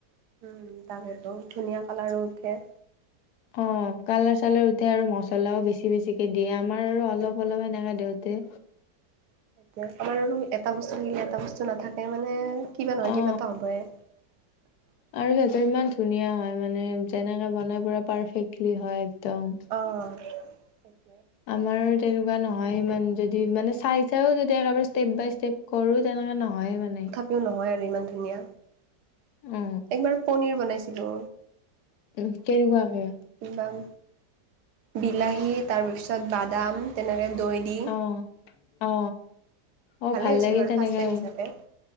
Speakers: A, on the right; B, on the left.
A: উম তাকেতো ধুনীয়া কালাৰো উঠে
B: অ কালাৰ চালাৰ উঠে আৰু মছলাও বেছি বেছিকে দিয় আমাৰ আৰু অলপ অলপ সেনেকাে দে। তে
A: তে আমাৰ আৰু এটা বস্তু থাকিলে এটা বস্তু নাথাকে মানে কিবা নহয়
B: অ
A: কিবা এটা হবয়। ত
B: আৰু সিহতৰ ইমান ধুনীয়া হয় মানে যেনেকে বনাই পুৰা পাৰফেক্টলি হয়। একদম
A: অ সেইটোৱে
B: আমাৰ তেনেকুৱা নহয় ইমান যদি মানে চাই চাইও যদি একেবাৰে ষ্টেপ বাই ষ্টেপ, কৰোঁ তেনেকুৱা নহয়। মানে
A: স নহয় আৰু ইমান ধুনীয়া
B: অ
A: একবাৰ পনীৰ বনাইছিলোঁ।
B: উম কেনেকুৱাকে।
A: কিমান বিলাহী, তাৰপিছত বাদাম,। তেনেকৈ দৈ দি।
B: অ অ অ
A: ভালেই
B: ভাল
A: হৈছিল
B: লাগে
A: বাৰু
B: তেনেকে
A: ফাৰ্ষ্ট টাইম হিচাপে